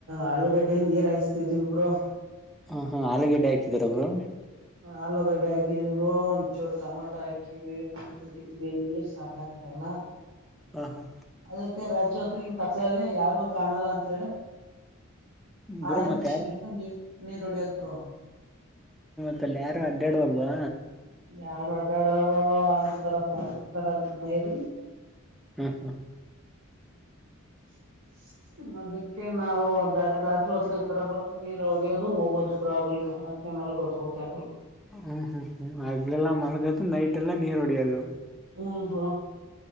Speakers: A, on the right (about 70°); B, in the centre.
A: ಆಳೂಗಡ್ಡೆ ನೀರ್ ಹಾಯಿಸ್ತಿದಿವವಿಬ್ರು
B: ಹ ಹಾ ಆಲೂಗಡ್ಡೆ ಹಾಕಿದಾರ ಅವರು
A: ಆಲೂಗಡ್ಡೆ ಹಾಕಿದರು ಒಂದಚೂರು ಟಮೊಟೋ ಹಾಕಿವಿ ಊ ಹಾಕಿದಿವವಿ ನೀರ್ ಸಾಕಾಕವಿ ಎಲ್ಲಾ
B: ಹಾ ಹಾ
A: ಅದಕ್ಕೆ ರಾತ್ರಿ ನೀವು ಕತ್ಲಲ್ಲ್ಲಿ ಯಾರಿಗು ಕಾಣಲ್ಲ ಅಂತೇಳಿ
B: ಬ್ರೋ
A: ಆಯಿಲ್
B: ಮತ್
A: ಮಿಷಿನ
B: ಯಾರ
A: ಇಟ್ಟು ನೀರುಡೆಯದು ಬರೊ
B: ಮಲ್ಲ ಯಾರು ಅಡ್ಡಾಡುವಲ್ವಾ
A: ಯಾರ್ ಅಡಾಡ್ರ ಅನ್ತರತರ ಮೈರಿ
B: ಹ್ಮ್ ಹ್ಮ್
A: <unintelligible> ಓಕೆ ನಾವು ರಾತ್ರಿ ಹೊತ್ಲು ತರ ಬಂದು ನೀರು ಹೊಡಿಯೋದು ಹೋಗೋದು ಪ್ರಾಬ್ಲಮ್ ಮತ್ತೆ ಮಲಗೋದು ಹೋಗ್ಯಾಗ
B: ಹ್ಮ್ ಹ್ಮ್ ಹ್ಮ್ ಆಗ್ಲೆಲ್ಲಾ ಮಲಗತ ನೈಟ್ ಎಲ್ಲಾ ನೀರ್ ಹೊಡಿಯೋದು
A: ಹ್ಮದು